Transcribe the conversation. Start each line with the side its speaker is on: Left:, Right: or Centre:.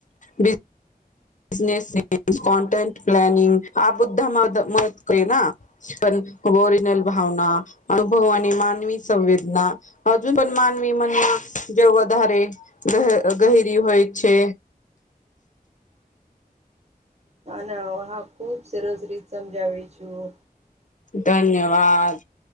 Left: બી. બિઝનેસ કોન્ટેન્ટ પ્લાનિંગ આ બધા કરે. પણ ઓરિજનલ ભાવના અનુભવાની માનવી સંવેદના. હજુ પણ માનવી મનમાં જેવ વધારે ગ ગહેરી હોય છે.
Right: ના, ના, હા, ખુબ સરસ રીત સમજાવી છું.
Left: ધન્યવાદ,